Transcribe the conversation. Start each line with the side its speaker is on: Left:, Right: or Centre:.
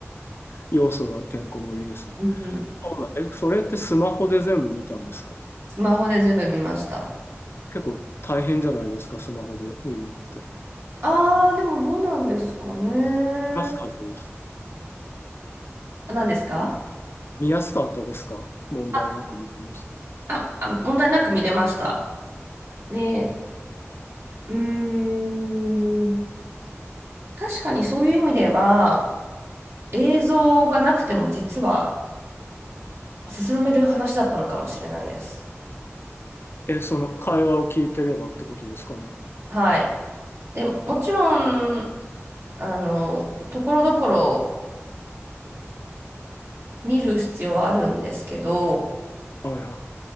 Left: 要素がてんこ盛りですね。
Right: うんうん。
Left: そうだえ、それってスマホで全部見たんですか
Right: スマホで全部見ました。
Left: 結構大変じゃないですか、スマホで見るのって。
Right: あー、でもどうなんですかね。
Left: 見やすかったですか
Right: あ何ですか
Left: 見やすかったですか問題なく見れました。
Right: あ、あ、あ問題なく見れました。で、
Left: あ
Right: うーん、確かにそういう意味では、映像がなくても実は進める話だったのかもしれないです。
Left: え、その会話を聞いてればってことですかね。
Right: はい。で、もちろん、あの、ところどころ見る必要はあるんですけど、
Left: はいは